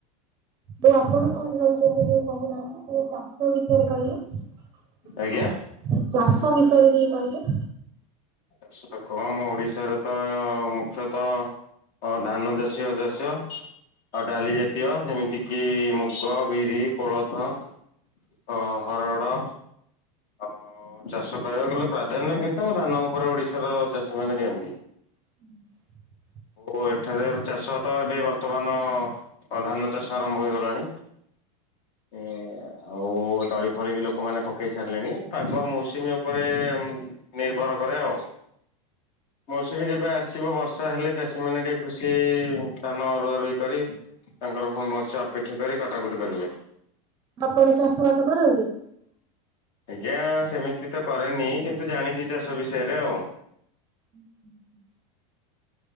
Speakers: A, on the right; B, on the left.
A: ଯୋଉ ଆପଣ କଣ ନଉଚନ୍ତି ଟିକେ କହୁନାହାନ୍ତି ମୋ ଚା ସେ ବିଷୟରେ କହିଲ
B: ଆଜ୍ଞା?
A: ଚା ଚାଷ ବିଷୟରେ ଟିକେ କହିଲେ?
B: ଚାଷ ତ ଗହମ ଓଡିଶାର ତ ମୁଖ୍ୟତଃ ହଁ ଧାନ ଦେଶୀୟ <unintelligible> ଆଉ ଡାଲି ଜାତୀୟ ଯେମିତିକିି ମୁଗ ବିରି କୋଳଥ। ହଁ ହରଡ଼ ଅ ଚାଷ କରିବାକୁ ଗଲେ ପ୍ରାଧାନ୍ୟ କିନ୍ତୁ ଧାନ ଉପରେ ଓଡିଶାର ଚାଷୀ ମାନେ ଦିଅନ୍ତି।
A: <inaudible>
B: ଓ ଏଠାରେ ଚାଷ ତ ଏବେ ବର୍ତ୍ତମାନ ହଁ ଧାନ ଚାଷ ଆରମ୍ଭ ହୋଇଗଲାଣି। ଏଁ ଆଉ ତଳି ଫଳି ବି ଲୋକମାନେ ପକେଇ ସାରିଲେଣି। ପାଗ ମୌସୁମୀ ଉପରେ ନିର୍ଭର କରେ ଆଉ। ମୌସୁମୀ ଯେବେ ଆସିବ ବର୍ଷା ହେଲେ ଚାଷୀ ମାନେ ଟିକେ ଖୁସି ହେଇ ଧାନ ରୁଆରୁଇ କରି ତାଙ୍କର ପୁଣି ବର୍ଷେ ଅପେକ୍ଷା କରି କଟାକଟି କରିବେ।
A: ଆପଣ ଚାଷ ବାସ କରନ୍ତି?
B: ଆଜ୍ଞା ସେମିତି ତ କରେନି କିନ୍ତୁ ଜାଣିଚି ଚାଷ ବିଷୟରେ ଆଉ।
A: <inaudible>